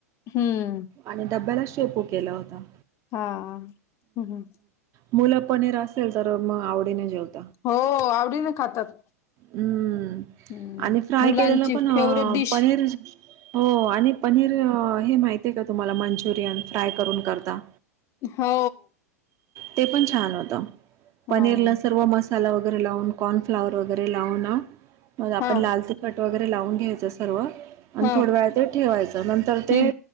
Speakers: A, on the left (about 35°); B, on the right (about 35°).
A: हम्म.
B: आणि डबब्याला शेपू केला होता
A: हा हम्म हम्म
B: मुलं पनीर असेल तर मग आवडी न जेवत
A: हो आवडीने खातात
B: हम्म
A: हम्म,
B: आणि फ्राय
A: मुलांची
B: केले पण
A: फेवरेट डिश.
B: पनीर हो आणि पनीर हे माहितीय का तुम्हाला मंचुरियन फ्राय करून करता
A: हो
B: ते पण छान होत
A: हां,
B: पनीरला सर्व मसा मला वगैरे लावून कॉर्नफ्लावर वगैरे लावून
A: हां,
B: आपण लाल तिखट वगैर लावून घ्यायचं सर्व आणि
A: हां.
B: थोड वेळ ते ठेवायचं नंतर ते
A: हं,